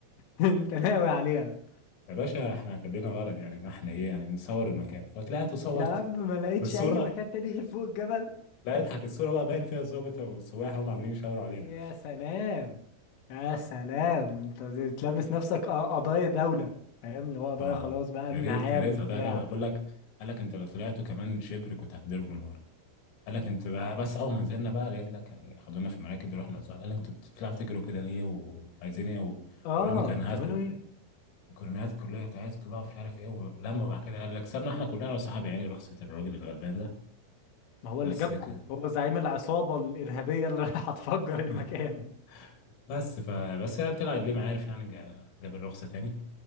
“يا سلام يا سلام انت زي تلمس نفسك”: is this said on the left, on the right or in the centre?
Left